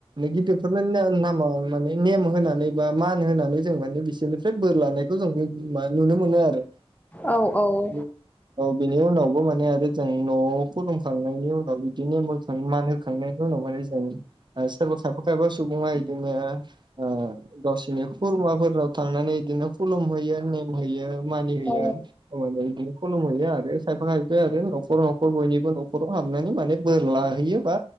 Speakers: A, on the right; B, on the left.
A: गिदिरफोरनो नामा माने नेम होनानै बा मान होनानै जों माने बि सोरफ्राय बोर लानायखौ जों नुनो मोनो आरो।
B: औ औ औ
A: <inaudible> औ बिनि उनावबो माने <unintelligible> न'आव खुलुमखांनायनि उनाव बिदिनो मखां मान होखांनायनि उनाव माने जों सोरबा खायफा खायफा सुबुङा बिदिनो ओ गावसिनि खुरमाफोराव थांनानै बिदिनो खुलुमहैयो नेम होयो मानि हैयो
B: औ
A: अ माने बिदिनो खलुम हैयो आरो खायफा खायफाया आरो न'खर न'खर बयनिबो न'खराव हाबनानै माने बोर लाहैयो बा